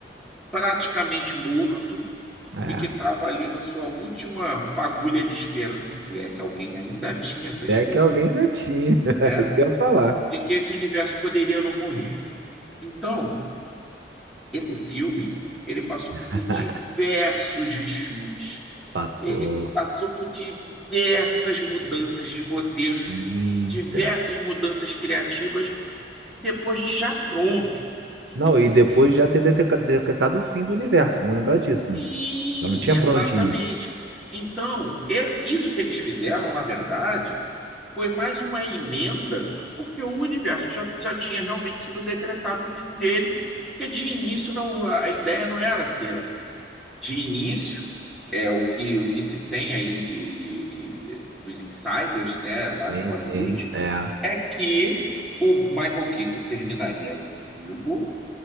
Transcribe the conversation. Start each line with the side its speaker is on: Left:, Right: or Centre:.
Centre: praticamente morto
Right: É.
Centre: e que estava ali na sua última fagulha de esperança, se é que alguém ainda tinha essa
Right: Se
Centre: esperança,
Right: é que alguém ainda tinha. <laughs>
Centre: né?
Right: Isso que eu ia falar.
Centre: de que esse universo poderia não morrer. Então, esse filme, ele passou
Right: <laughs>
Centre: por diversos reshoots,
Right: Passou.
Centre: ele passou por diversas mudanças de roteiros,
Right: Eita.
Centre: diversas mudanças criativas depois de já pronto. Então,
Right: Não, e
Centre: assim,
Right: depois de já ter deteca- decretado o fim do universo. Vamos lembrar disso, né?
Centre: sim,
Right: Eu não tinha
Centre: exatamente.
Right: pra onde ir.
Centre: Então, e- isso que eles fizeram, na verdade, foi mais uma emenda, porque o universo já, já tinha realmente sido decretado o fim dele, que de início não, a ideia não era ser assim. De início, é o que, o que se tem aí de, de, que- de- dos insiders, né, lá
Right: Sim,
Centre: de Hollywood,
Right: sim. É.
Centre: é que o Michael Keaton terminaria vivo